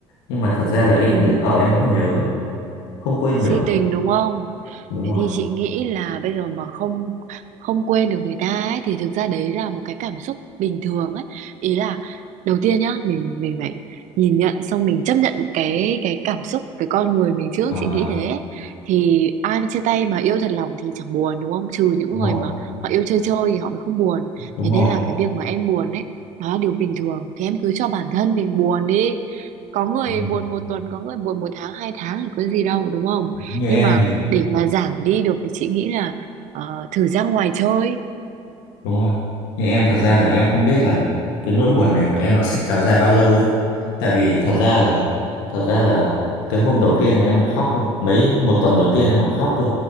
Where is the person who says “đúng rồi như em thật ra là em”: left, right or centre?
Left